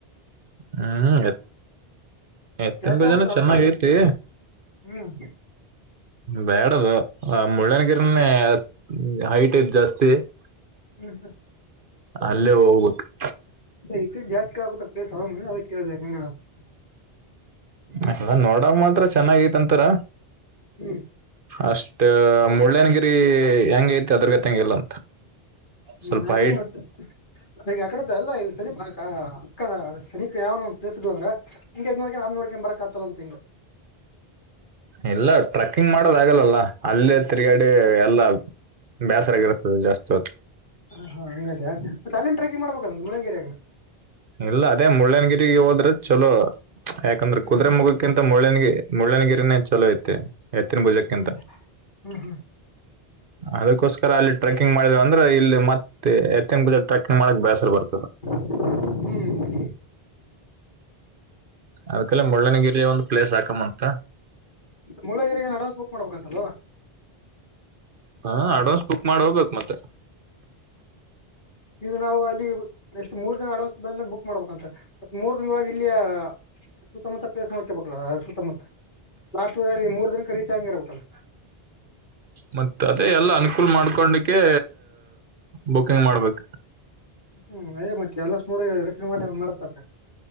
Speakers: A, on the right; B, on the left.
A: ಹ್ಮ್ ಎತ ಎತ್ತನ್
B: ಜಾಸ್ತಿ
A: ಬಗ್ಗೆ
B: ಆಗುತ್ತಾರ
A: ಚೆನ್ನಾಗ
B: ಅದಕ್ಕ
A: ಐತಿ
B: ಹ್ಮ್
A: ಬ್ಯಾಡದು ಹ ಮುಳ್ಳನಗಿರನೇ ಹೈಟ್ ಐತ್ ಜಾಸ್ತಿ <inaudible>
B: ಹ್ಮ್
A: ಅಲ್ಲೇ ಹೋಗ್ಬೇಕುು
B: ಎತ್ತಿಗೆ ಜಾಸ್ತಿ ಕೇಳಕತ್ತಾರ ಪೀಸ ಹ ಅದ ಕೇಳಿದೆ ಹೆಂಗ ಹೆಂಗ ಅಂತ
A: ಅದ ನೋಡಕ್ ಮಾತ್ರ ಚೆನ್ನಾಗೈತ್ಂತರ
B: ಹ್ಮ್
A: ಅಷ್ಟ ಮುಳಯ್ಯನಗಿರಿ ಈ ಹೆಂಗ ಐತಿ ಅದರಲ್ಲಿ ಎತ್ತಂಗಿಲ್ಲ ಅಂತ ಸ್ವಲ್ಪ
B: ಹ್ಮ್ ಅದು
A: ಹೈಟ್
B: ಮತ್ತ ಈ ಕಡೆ ಎಲ್ಲಾ ಸಮೀಪ ಕ ಸಮಿಪ್ ಯಾವರ ಪ್ಲೇಸ್ ಇದ್ದುವ ಅಂದ್ರ ಇದು ನೋಡಿಕೊಂಡು ಅದು ನೋಡಕೊಂಡು ಬರ್ಲಾ ಕಾತಂತ
A: ಇಲ್ಲ ಟ್ರೆಕ್ಕಿಂಗ್ ಮಾಡೋದ ಆಗಲ್ಲಲ್ಲ ಅಲ್ಲೇ ತಿರ್ಗಡೆ ಎಲ್ಲ ಬೇಸರಗರ್ತದೆ ಜಾಸ್ತಿ ಹೊತ್ತು
B: ಹ ಹಾ ಹಂಗಾದ ಹಾ ಮತ್ತ ಅಲ್ಲಿ ಟ್ರ್ಯಾಕಿಂಗ್ ಮಾಡಬೇಕಾತ್ ಮುಳ್ಳಯ್ಯನಗಿರಿ
A: ಇಲ್ಲ ಅದೇ ಮುಳ್ಳ್ಯನಗಿರಿ ಹೋದ್ರೆ ಚಲೋ ಯಾಕಂದ್ರೆ
B: ಹ್ಮ್
A: ಕುದುರೆೆ
B: ಹ್ಮ್
A: ಮುಗಕ್ಕಿಂತ ಮುಳ್ಳನಗಿರಿ ಗೆ ಮುಳ್ಳ್ಯನಗಿರಿನೇ ಚಲೋ ಐತೆ ಏತ್ತನ ಬುಜಕ್ಕ
B: ಹ್ಮ್
A: <unintelligible> ಇಂತ
B: ಹ್ಮ್
A: ಅದಕ್ಕೋಸ್ಕರ ಅಲ್ಲಿ ಟ್ರೆಕ್ಕಿಂಗ್ ಮಾಡಿದವ ಅಂದ್ರೆ ಇಲ್ಲಿ ಮತ್ತೆ ಎತ್ತಂಗ ಬಜ ಟ್ರೆಕ್ಕಿಂಗ್ ಮಾಡಕ್ ಬೇಸರ ಬರ್ತದೆ
B: ಹ್ಮ
A: ಅದಕ್ಕೆಲ್ಲ ಮುಳ್ಳನಗಿರಿಯ ಒಂದ್ ಪ್ಲೇಸ್ ಹಾಕಮ <unintelligible>
B: ಮುಳ್ಳಂಗಿರಿ ಏನ್ ಅಡ್ವಾನ್ಸ್ ಬುಕ್ ಮಾಡ್ಬೇಕಂತಲ್ವಾ
A: ಹಾ ಅಡ್ವಾನ್ಸ್ ಬುಕ್ ಮಾಡ ಹೋಗ್ಬೇಕು ಮತ್ತೆ
B: ಈಗ ನಾವು ಅಲ್ಲಿ ಎಷ್ಟು ಮೂರ್ ದಿನ ಅಡ್ವಾನ್ಸ್ ಬುಕ್ ಮಾಡ್ಬೇಕಂತ ಮತ್ತ ಮೂರ್ ದಿನೊಳಗೆ ಇಲ್ಲಿಯ ಸುತ್ತಮುತ್ತ ಪ್ಲೇಸ್ ನೋಡ್ತಿರ್ಬೇಕಲ್ಲ ಸುತ್ತಮುತ್ತ ಲಾಸ್ಟ್ಲ್ ಮೂರ್ ದಿನಕ್ಕೆ ರೀಚ್ ಆಗಿ ಇರ್ಬೇಕಲ್ಲ
A: ಮತ್ತ ಅದೇ ಎಲ್ಲ ಅನುಕೂಲ ಮಾಡ್ಕೊಂಡಿಕೆ ಬುಕಿಂಗ್ ಮಾಡ್ಬೇಕು
B: ಹ್ಮ್ ಮತ್ತೆ ಎಲ್ಲಷ್ಟ ನೋಡಿ ಯೋಚನೆ ಮಾಡಿ ಮಾಡತ